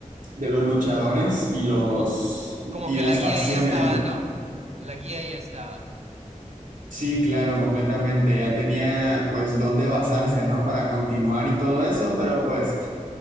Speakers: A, on the right; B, on the right.
A: de los luchadores y los
B: Como, como
A: y
B: que
A: las
B: la guía
A: facciones,
B: ya estaba,
A: ¿no?
B: ¿no? La guía ya estaba.
A: Sí, claro, completamente. Ya tenía pues dónde basarse, ¿no? Para continuar y todo eso, pero pues